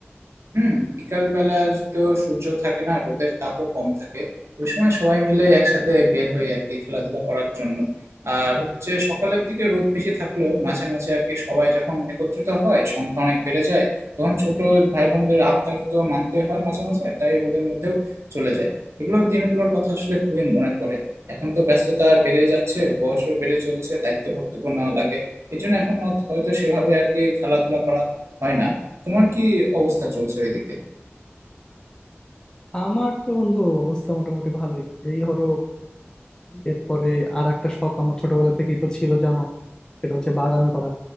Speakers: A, on the right; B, on the left.
A: হুম বিকাল বেলার তো সূর্য থাকে না রোদের তাপও কম থাকে ওই সময় সবাই মিলে একসাথে বের হই আর কি খেলাধুলা করার জন্য আর হচ্ছে সকালের দিকে রোদ বেশি থাকলেও মাঝে মাঝে আর কি সবাই যখন একত্রিত হয় সংখ্যা অনেক বেড়ে যায় তখন ছোট ভাই বোনদের আবদার তো মানতে হয় মাঝে মাঝে তাই রোদের মধ্যেও চলে যায় এগুলো দিনগুলোর কথা আসলে খুবই মনে পড়ে এখন তো ব্যস্ততা বেড়ে যাচ্ছে বয়সও বেড়ে চলছে দায়িত্ব কর্তব্য নেওয়া লাগে এই জন্য এখন অত- হয়তো সেভাবে আর কি খেলাধুলা করা হয় না তোমার কি অবস্থা চলছে ওইদিকে
B: আমার তো বন্ধু অবস্থা মোটামুটি ভালোই এই ধরো এরপরে আর একটা শখ আমার ছোটবেলা থেকেই তো ছিল জানো সেটা হচ্ছে বাগান করা